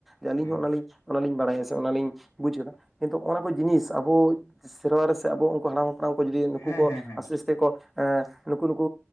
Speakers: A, in the centre; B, on the left.
A: ᱟᱹᱞᱤᱧ
B: ᱦᱮᱸ
A: ᱦᱚᱸ ᱚᱱᱟᱞᱤᱧᱼᱼ ᱚᱱᱟ ᱞᱤᱧ ᱵᱟᱲᱟᱭᱟ ᱥᱮ, ᱚᱱᱟ ᱞᱤᱧ ᱵᱩᱡ ᱠᱟᱫᱟ ᱠᱤᱱᱛᱩ ᱚᱱᱟ ᱠᱚ ᱡᱤᱱᱤᱥ ᱟᱵᱚᱼᱼ ᱥᱮᱨᱣᱟ ᱨᱮ ᱥᱮ ᱟᱵᱚ ᱩᱱᱠᱩ ᱦᱟᱲᱟᱢ ᱦᱟᱯᱲᱟᱢ ᱠᱚ ᱡᱩᱫᱤ, ᱱᱩᱠᱩ
B: ᱦᱮᱸ
A: ᱠᱚ
B: ᱦᱮᱸ ᱦᱮᱸ
A: ᱟᱥᱤᱥ ᱛᱮ ᱠᱚᱼᱼ ᱮᱸ ᱱᱩᱠᱩ ᱱᱩᱠᱩ